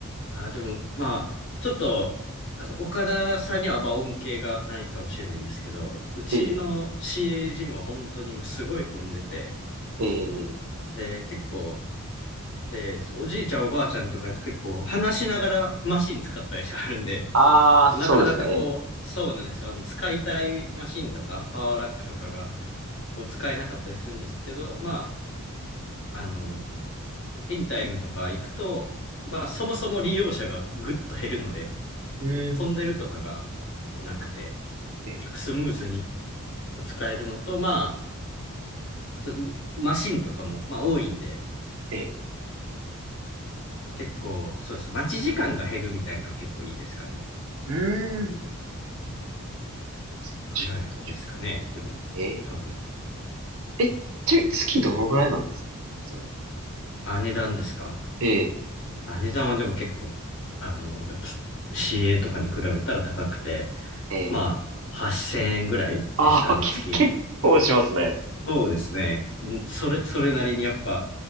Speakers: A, on the left; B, on the right.
A: あ、でも、まあ、ちょっと、あの岡田さんにはまあ恩恵がないかもしれないんですけど、うちの
B: ええ、
A: CA ジムは本当にもうすごい混んでて、
B: ええ、
A: で、結構、で、そうおじいちゃんおばあちゃんとか結構話しながらマシン使ったりしはるんで、
B: ああ、
A: なかなかこう、
B: そうですね。
A: そうなんですよ。あの、使いたいマシンとか、パワーラックとかが、こう、使えなかったりするんですけど、まあ、あの、エニタイムとか行くと、まあ、そもそも利用者がぐっと減るので、
B: ええ、
A: 混んでるとかが、
B: うん、
A: こう、なくて、
B: ええ、
A: 結構スムーズに、こう、使えるのと、まあ、そのマシンとかも、まあ、多いんで、
B: ええ、
A: 結構、そうです。待ち時間が減るみたいなのは結構いいですかね。
B: うーん。確
A: ぐらいですかね。
B: かに確か
A: でも、
B: に。え
A: 多分。
B: ええ、ちなみに月どのぐらいなんですかそれ。
A: あ、値段ですか
B: ええ、
A: あ、値段はでも結構、あの、やっぱ CA とかに比べたら高くて、
B: ええ。
A: まあ、8000円ぐらいですかね、
B: ああ、け、
A: 月。
B: 結構しますね。
A: そうですね。んそれ、それなりにやっぱ